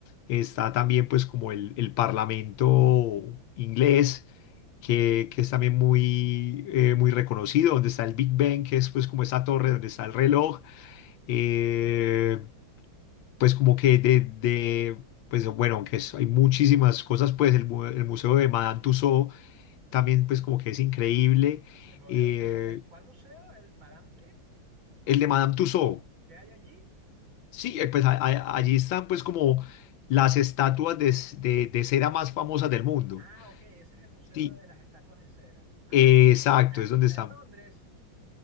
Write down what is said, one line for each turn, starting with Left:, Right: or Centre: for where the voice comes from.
Left: está también pues como el, el Parlamento inglés, que, que es también muy, eh, muy reconocido, donde está el Big Ben, que es pues como esta torre donde está el reloj, eh, pues como que de, de, pues bueno, aunque es- hay muchísimas cosas, pues el, mu- el Museo de Madame Tussauds, también pues como que es increíble.
Right: El modelo,
Left: Eh,
Right: el, mo- el- ¿cuál museo? ¿El Madame qué?
Left: el de Madame Tussauds,
Right: ¿Qué hay allí?
Left: sí, eh, pues a- a- allí están pues como las estatuas de, c- de- de cera más famosas del mundo.
Right: Ah, ok, ese es el Museo
Left: Sí,
Right: de las Estatuas de Cera. Ah,
Left: eh, exacto,
Right: está,
Left: es
Right: está
Left: donde están
Right: en Londres.